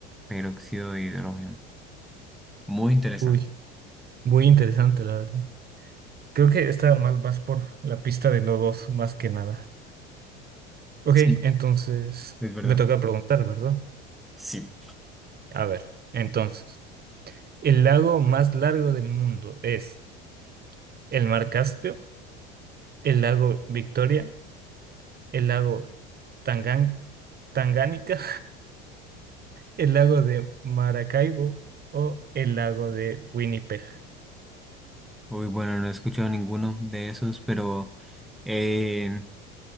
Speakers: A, in the centre; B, on the right (about 30°).
A: peróxido de hidrógeno. Muy interesante.
B: Uy, muy interesante, la verdad. Creo que está más, más por la pista de lodos, más que nada. Ok,
A: Sí,
B: entonces
A: es verdad.
B: me toca preguntar, ¿verdad?
A: Sí.
B: A ver, entonces, ¿el lago más largo del mundo es el mar Caspio, el lago Victoria, el lago Tangan Tangánica el lago de Maracaibo o el lago de Winnipeg.
A: Uy, bueno, no he escuchado ninguno de esos, pero eh,